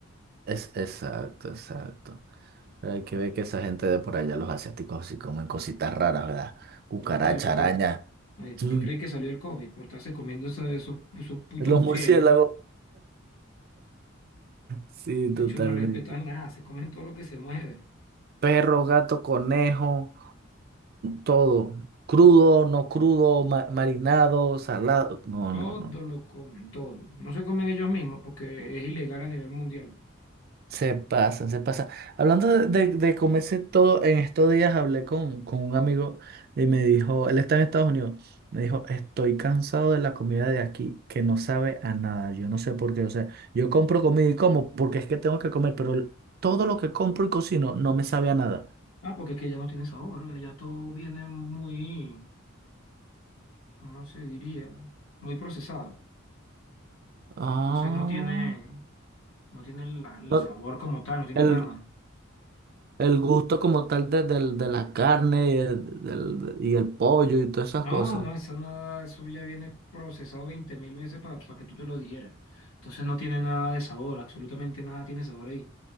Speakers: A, on the right (about 45°); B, on the left (about 80°).
A: Es, exacto, exacto. Pero hay que ver que esa gente de por allá, los asiáticos, sí comen cositas raras, ¿verdad? Cucaracha,
B: Como que sí, porque,
A: araña,
B: ay, porque
A: <tsk>
B: cree que salió el COVID, por estarse comiendo esa- esos, esos putos
A: los
B: murciélagos.
A: murciélagos. <laughs> Sí, totalmente.
B: De hecho, no respetan nada, se comen todo lo que se mueve.
A: Perro, gato, conejo, todo. Crudo, no crudo, ma- marinado, salado. No,
B: Todo
A: no, no.
B: lo comen, todo. No se comen ellos mismos porque es ilegal a nivel mundial.
A: Se pasan, se pasan. Hablando de, de, de comerse todo, en estos días hablé con, con un amigo y me dijo, él está en Estados Unidos, me dijo, estoy cansado de la comida de aquí, que no sabe a nada. Yo no sé por qué. O sea, yo compro comida y como porque es que tengo que comer, pero el- todo lo que compro y cocino no me sabe a nada.
B: Ah, porque es que ya no tiene sabor, ¿eh? ya todo viene muy, ¿cómo se diría? Muy procesado.
A: Ah,
B: Entonces no tiene, no tiene la- el
A: no,
B: sabor como tal, no tiene
A: el,
B: nada.
A: El gusto como tal de, del- de la carne y el, del- y el pollo y todas esas
B: No,
A: cosas.
B: no, eso nada, eso ya viene procesado veinte mil veces para que tú te lo dijeras. Entonces no tiene nada de sabor, absolutamente nada tiene sabor ahí.